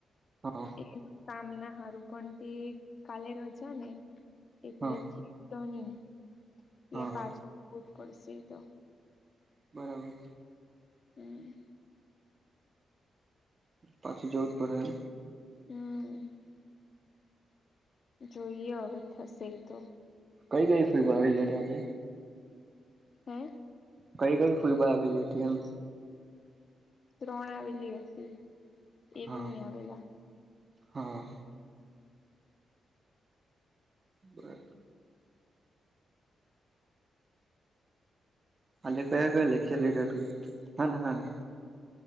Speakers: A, on the right (about 35°); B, on the left (about 50°).
A: હા
B: એ કામ ના હારું પણ તે કાલે રજા ને એટલે
A: હા
B: થી તો નહી એટલે પાછું
A: હા
B: જવું જ પડશે એ તો.
A: બરાબર.
B: હમ્મ.
A: પપાછું જવુજ પડે એમ.
B: હમ જોઈએ હવે થશે એ તો.
A: કઈ કઈ ફિમ આવી હતી આજે?
B: હે
A: કઈ કઈ ફઈબા આવી હતી એમ.
B: ત્રણ આવેલી હતી. એક
A: હા
B: ની આવેલા.
A: હા. બરા હાજે કયા કયા લેક્ચર લીધા તું એ. હાના હાના?